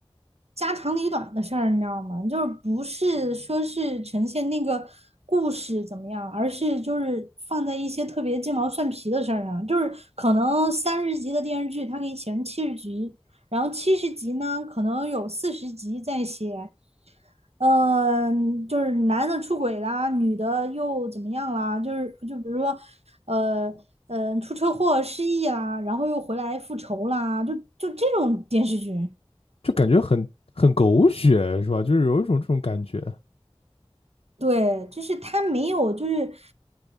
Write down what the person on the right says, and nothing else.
家长里短的事儿，你知道吗？就是不是说是呈现那个故事怎么样，而是就是放在一些特别鸡毛蒜皮的事儿上，就是可能三十集的电视剧，它给你写成七十集，然后七十集呢，可能有四十集在写。嗯，就是男的出轨啦，女的又怎么样啦？就是就比如说，呃嗯、呃，出车祸失忆啦，然后又回来复仇啦，就就这种电视剧。
对，就是它没有，就是